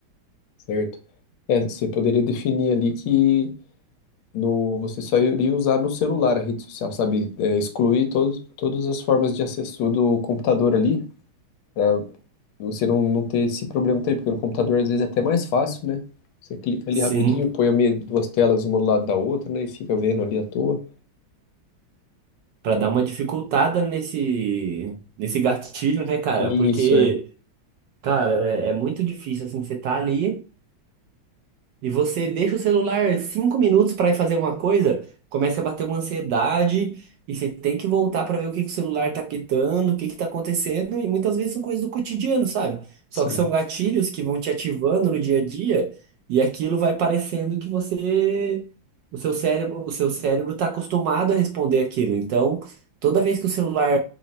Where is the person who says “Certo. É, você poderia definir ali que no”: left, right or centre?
Left